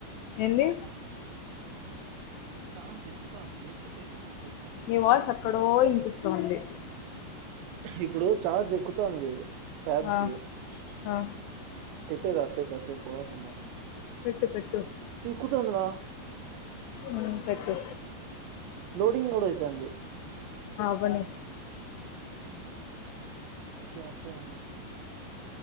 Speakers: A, on the left; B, on the right.
A: ఎంది
B: ఇప్పుడు ాన్స్ ఎక్కుతుాంది ఏ పెట్టేదా కొంచెం
A: నీ వాల్స్ ఎక్కడో ఇనిపిస్తోంది
B: ఇప్పుడు చార్జ్ ఎక్కుతుంది ట్యాబ్
A: ఆ,
B: కి
A: ఆ,
B: పెిేదా అట్టే కాసే పోవ అంటన్నా
A: పెట్టు పెట్టు
B: ఈ కుతుంద రా
A: మున్ పెట్టు
B: లోోడింగ్ కూడాడయిత అంది
A: బని
B: ఒకక మట్టే అ